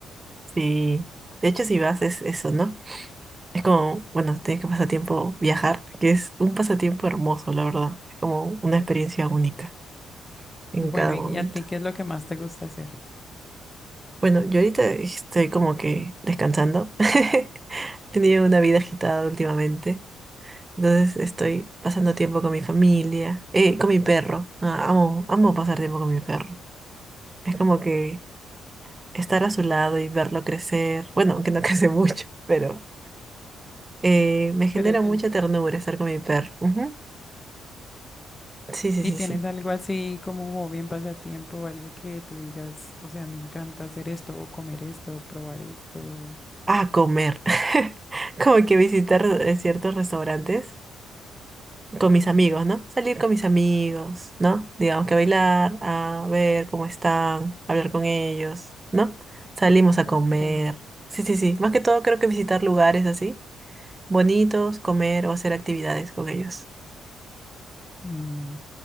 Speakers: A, on the right; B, on the left.
A: Sí. De hecho, si vas, es eso, ¿no? Es como, bueno, tienes que pasar tiempo viajar, que es un pasatiempo hermoso, la verdad. Es como una experiencia única en
B: Bueno,
A: cada
B: ¿y
A: momento.
B: a ti qué es lo que más te gusta hacer?
A: Bueno, yo ahorita estoy como que descansando. <laughs> He tenido una vida agitada últimamente. Entonces estoy pasando tiempo con mi familia, eh, con mi perro. Ah, amo, amo pasar tiempo con mi perro. Es como que estar a su lado y verlo crecer. Bueno, aunque no <laughs> crece mucho, pero eh, me genera
B: Pero,
A: mucha ternura estar con mi perro. Ujú. Sí, sí,
B: ¿y
A: sí,
B: tienes
A: sí.
B: algo así como un hobby, un pasatiempo o algo que tú digas, o sea, me encanta hacer esto o comer esto o probar esto?
A: A comer. <laughs> Como que visitar eh, ciertos restaurantes con mis amigos, ¿no? Salir con mis amigos, ¿no? Digamos que a bailar, a ver cómo están, hablar con ellos, ¿no? Salimos a comer.
B: Sí.
A: Sí, sí, sí. Más que todo creo que visitar lugares así, bonitos, comer o hacer actividades con ellos.
B: Mm,